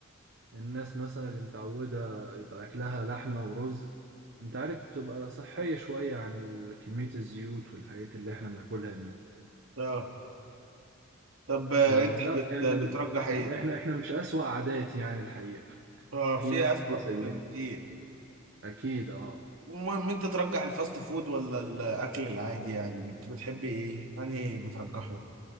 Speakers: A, on the right; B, on the right.
A: الناس مثلا اللي متعودة يبقى أكلها لحمة ورز أنت عارف بتبقى صحية شوية عن ال- كمية الزيوت والحاجات اللي احنا بناكلها دي
B: اه طب آه،
A: فلا
B: انت بت...
A: يعني
B: بترجح
A: ال-
B: ايه
A: يعني احنا احنا مش أسوأ عادات يعني الحقيقة
B: اه
A: في
B: في
A: ناس
B: اسوأ
A: كتير زينا
B: من كده كتير
A: اكيد اه
B: المهم انت ترجح الفاست فود ولا الاكل العادي يعني بت- بتحب ايه انهي بترجحه